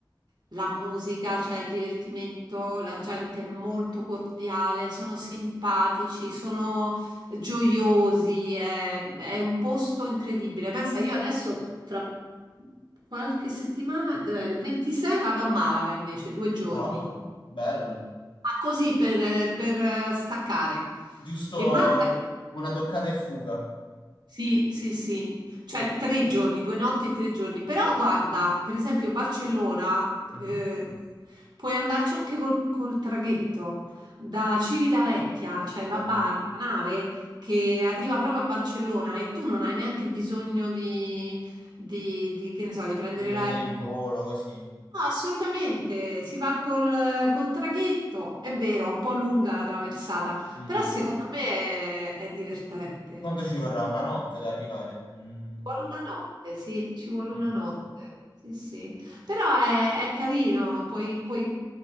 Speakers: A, on the right; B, on the left.
A: la musica, c'è il divertimento, la gente è molto cordiale, sono simpatici, sono gioiosi, è, è un posto incredibile. Pensa, io adesso fra qualche settimana, dov'è? il 26 vado a Malaga invece, due giorni.
B: wow, bello.
A: Ah, così per, per eh, staccare.
B: Giusto
A: E Mm. Malaga,
B: una toccata e fuga.
A: sì, sì, sì, cioè tre giorni, due notti e tre giorni. Però guarda, per esempio Barcellona, eh,
B: Mhm.
A: puoi andarci anche col, col traghetto da Civitavecchia, cioè la,
B: Dai,
A: ba- la nave che arriva proprio a Barcellona e tu non hai neanche bisogno di, di- di, che ne so, di prendere
B: di prendere il volo così.
A: No, assolutamente, si va col, col traghetto, è vero, è un po' lunga la traversata,
B: Mm.
A: però secondo me è, è divertente.
B: Quanto ci
A: Sì,
B: vorrà?
A: Ci
B: Una notte ad arrivare? Mm.
A: vuole una notte, sì, ci vuole
B: Sì.
A: una notte, sì, sì. Però è, è carino, puoi, puoi-